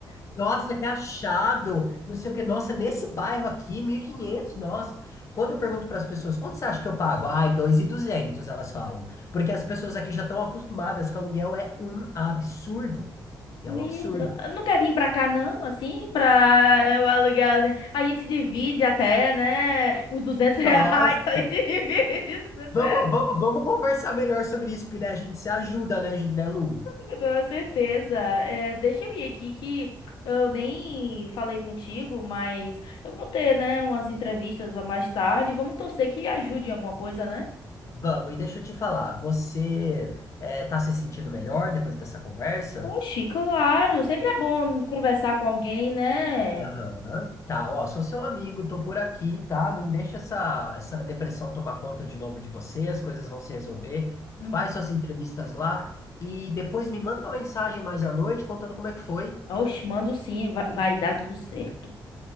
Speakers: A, on the left; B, on the left.
A: Nossa, que achado. Não sei o que. Nossa, nesse bairro aqui, 1.500. Nossa. Quando eu pergunto para as pessoas, quanto você acha que eu pago? Ai, dois e duzentos. elas falam. Porque as pessoas aqui já estão acostumadas que aluguel é um absurdo. É
B: Meu
A: um absurdo.
B: Deus. Não quer vir pra cá, não? Assim, pra o aluguel. assim? A gente divide até, né? Os 200 <laughs> reais.
A: Nossa,
B: A gente divide os 200
A: Vamos,
B: reais.
A: vamos, vamos conversar melhor sobre isso, porque daí a gente se ajuda, né, Gi- né, Lu?
B: Com toda certeza. É, deixa eu ir aqui que eu nem falei contigo, mas eu vou ter, né, umas entrevistas mais tarde. Vamos torcer que ajude em alguma coisa, né?
A: Vamos, e deixa eu te falar, você eh, tá se sentindo melhor depois dessa conversa?
B: Oxi, claro. Sempre é bom conversar com alguém, né?
A: Aham. Tá, ó, sou seu amigo, tô por aqui, tá? Não deixa essa, essa depressão tomar conta de novo de você, as coisas vão se resolver. Faz
B: Uhum.
A: suas entrevistas lá e depois me manda uma mensagem mais à noite contando como é que foi.
B: Oxi, mando sim. Vai, vai dar tudo certo.